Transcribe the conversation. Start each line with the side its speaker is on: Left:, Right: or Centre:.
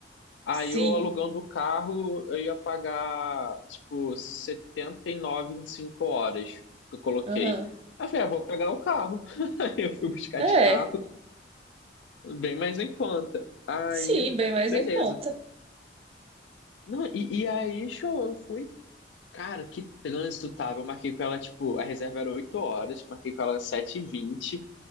Left: Aí
Right: Sim.
Left: eu alugando o carro, eu ia pagar, tipo, 79 em 5 horas que eu coloquei.
Right: Aham.
Left: Aí eu falei, ah, vou pagar o carro. <laughs> Aí eu fui buscar
Right: É.
Left: de carro, bem mais em conta. Aí,
Right: Sim, bem mais
Left: beleza.
Right: em conta.
Left: Não, e, e aí, show, eu fui. Cara, que trânsito tava. Eu marquei com ela, tipo, a reserva era 8 horas, eu marquei com ela sete h 20